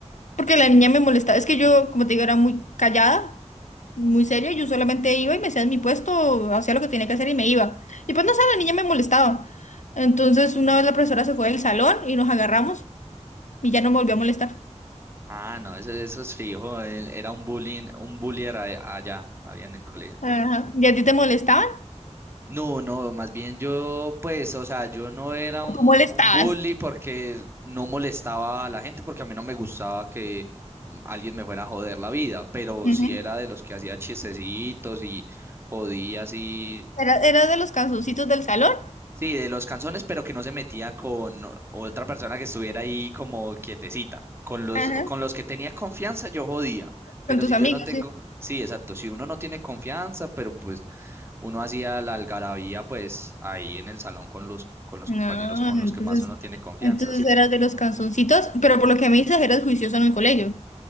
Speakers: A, on the left; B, on the right.
A: Porque la niña me molestaba. Es que yo, como te digo, era muy callada, muy seria. Yo solamente iba y me hacía en mi puesto, hacía lo que tenía que hacer y me iba. Y pues no sé, la niña me molestaba. Entonces, una vez la profesora se fue del salón y nos agarramos y ya no me volvió a molestar.
B: Ah, no, eso, eso es fijo. eh, Era un bullying, un bullier a- allá, había en el colegio entonces.
A: Ajá. ¿Y a ti te molestaban?
B: No, no, más bien yo, pues, o sea, yo no era
A: ¿O
B: un,
A: tú molestabas?
B: un bully porque no molestaba a la gente, porque a mí no me gustaba que mm, alguien me fuera a joder la vida, pero
A: Ujú.
B: sí era de los que hacía chistecitos y jodía así
A: ¿Era- ¿Eras de los canzoncitos del salón?
B: Sí, de los canzones, pero que no se metía con o- otra persona que estuviera ahí como quietecita. Con los,
A: Ajá.
B: con los que tenía confianza, yo jodía. Pero
A: Con tus
B: si
A: amigos,
B: yo no tengo,
A: sí.
B: sí, exacto. Si uno no tiene confianza, pero pues uno hacía la algarabía, pues ahí en el salón con los, con los
A: No,
B: compañeros con los
A: entonces,
B: que más uno tiene confianza,
A: entonces
B: sí.
A: eras de los canzoncitos, pero por lo que me dices, eras juicioso en el colegio.